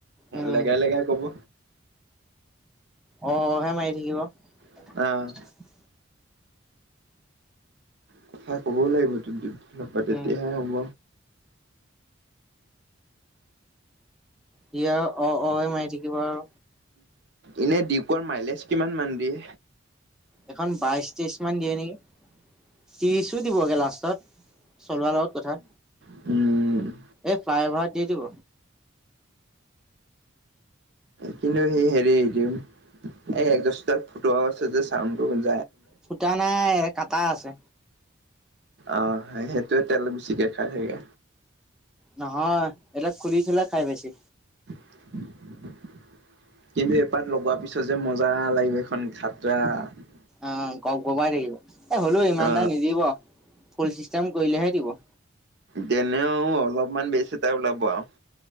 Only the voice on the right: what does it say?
লগাই, লগাই ক'ব।
অ'। কথা ক'বও লাগিবতো তেতিয়া
হে হ'ব।
এনে ডিউকৰ মাইলেজ কিমান, মান দিয়ে?
উম, উম।
কিন্তু, সি হেৰি দিম, এই একজাস তাত ফটোৱাও আছে যে' চাউন টো? <unintelligible>
অঁহ সেইটোয়ে, তেল বেছিকে খাই থাকে।
কিন্তু, এপাত লগোৱাৰ পিছত যে' মজা লাগিব, এইখন খাতৰা। <unintelligible>
অ
যেনেও' অলপমান বেছি- <unintelligible> ওলাব আৱ <unintelligible>